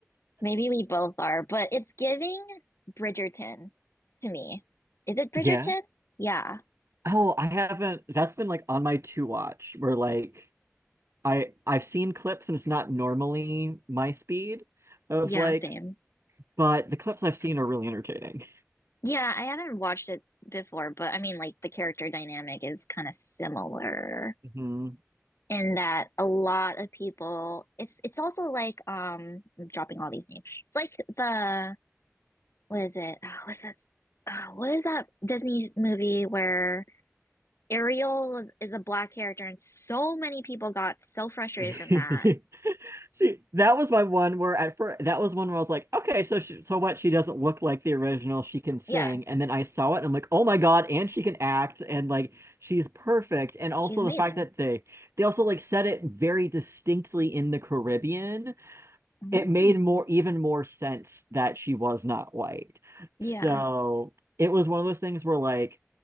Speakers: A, on the left; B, on the right.
A: maybe we both are, but it's giving Bridgerton to me.
B: <laughs>
A: Is it Bridgerton?
B: yeah
A: Yeah,
B: oh i haven't that's been like on my to watch where like I I've seen clips and it's not normally my speed of
A: yeah,
B: like,
A: same.
B: but the clips I've seen are really entertaining.
A: Yeah, I haven't watched it before, but I mean, like, the character dynamic is kind of similar
B: Mhm.
A: in that a lot of people, it's it's also like, um, I'm dropping all these names. It's like the, what is it? Oh, what's that? Oh, what is that Disney movie where Ariel was, is a black character, and so many people got so frustrated
B: <laughs>
A: from that.
B: See, that was my one where at first that was one where I was like, okay, so she, so what? She doesn't look like the original. She can sing,
A: Yeah,
B: and then I saw it, and I'm like, oh my God, and she can act, and like she's perfect. And also
A: she's amazing.
B: the fact that they they also like said it very distinctly in the Caribbean,
A: Mm.
B: it made more even more sense that she was not white.
A: Yeah.
B: So it was one of those things where like,